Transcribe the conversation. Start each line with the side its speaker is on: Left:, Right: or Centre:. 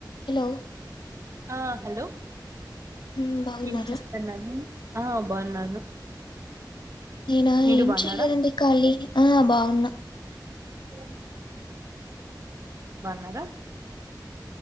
Left: Hello
Right: ఆ hello
Left: హ్మ్ బాగున్నారా?
Right: ఏం చేస్తన్నారు ఆ బాగున్నాను
Left: నేనా
Right: మీరు
Left: ఏం
Right: బాగున్నారా
Left: చెయలేదండి ఖాళీ ఆ బాగున్నా
Right: ఆ బాగున్నారా